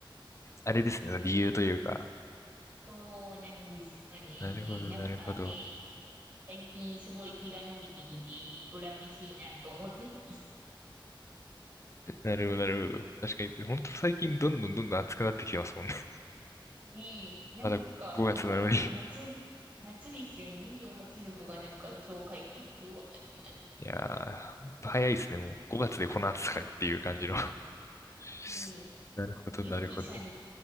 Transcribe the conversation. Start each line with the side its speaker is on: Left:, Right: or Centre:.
Left: あれですね、その理由というか。
Right: そうなんですよね。
Left: なるほどなるほど。
Right: なんかね、最近すごい日が伸びてきて、恨めしいなと思ってます。
Left: なるほどなるほど。確かに、本当最近どんどんどんどん暑くなってきてますもんね。
Right: う
Left: <laughs>
Right: に、なんかもう夏、
Left: まだ5月なのに
Right: 夏ですよね。28度とかなんか今日書いてて、うわーってなって。
Left: いやー、ほんと早いですね。もう5月でこの暑さかっていう感じの <laughs>
Right: ねえ、
Left: なるほど、
Right: ゆうきさんって、
Left: なるほど。